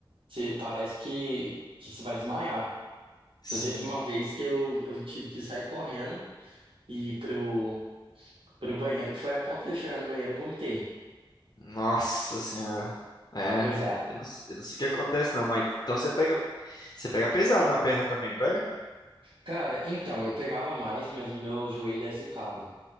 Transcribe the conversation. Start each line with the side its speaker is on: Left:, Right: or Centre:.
Right: Você, parece que, que você vai desmaiar.
Left: Sim.
Right: Já teve uma vez que eu, eu tive que sair correndo e ir pro, pro banheiro, que foi a conta de eu chegar no banheiro, eu vomitei.
Left: Nossa senhora. É,
Right: Pois é.
Left: eu não, eu não sei o que acontece não, mas então você pega, você pega pesado na perna também, não pega?
Right: Cara, então, eu pegava mais, mas meu joelho é zicado.